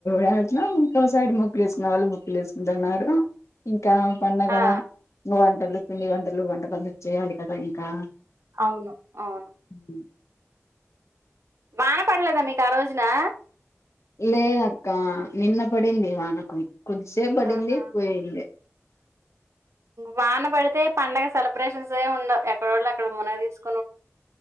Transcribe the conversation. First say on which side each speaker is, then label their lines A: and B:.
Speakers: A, on the left (about 65°); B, on the right (about 65°).
A: ఈ అట్లో ఇంకో సైడ్ ముక్లేసుకునే వాళ్ళు ముగ్లేసుకుంటున్నారు ఇంకా పండగదా
B: ఆ
A: ఇగ వంటలు పిండి వంటలు వంటకాలు చేయాలి కదా ఇంకా
B: అవును ఔను
A: హ్మ్.
B: వాన పడలేదా మీకా రోజునా
A: లేదక్క నిన్న పడింది వాన కోద్ధిసేప్ పడింది
B: ఆహా
A: పోయింది
B: వాన పడితే పండగ సెలబ్రేషన్స్ ఏముండవు ఎక్కడోళ్ళు అక్కడ మునగ తీస్